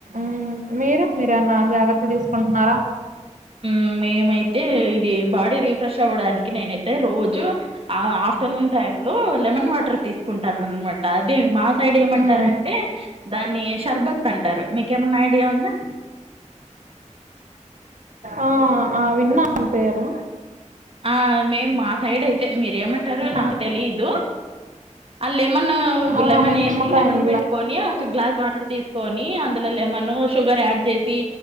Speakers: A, on the right; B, on the right.
A: మ్ మీరు మీరేమన్నా జాగ్రత్తలు తీసుకుంటున్నారా
B: హ్మ్. మేమైతే బాడీ రిఫ్రెష్ అవ్వడానికి నేనైతే రోజు ఆ ఆఫ్టర్నూన్ టై లో లెమన్ వాటర్ తీసుకుంటానన్మాట అది మా సైడ్ ఏమంటారంటే
A: మ్మ్
B: దాన్ని షర్బత్ అంటారు మీకేమన్నా ఐడియా ఉందా
A: ఆ ఆ విన్న నీపేరు
B: ఆ మేము మా సైడ్ అయితే మీరేమంటారు నాకు
A: ఆ
B: తెలిదు ఆళ్ళెమన్న ఒక
A: ఆ
B: లెమన్
A: మేము
B: వేసి
A: నిమ్మకాయ
B: లెమన్
A: నీళ్ళ
B: పిండుకొని ఒక గ్లాస్ వాటర్ తీసుకొని అందులో లెమన్ శు షుగర్ యాడ్ చేసి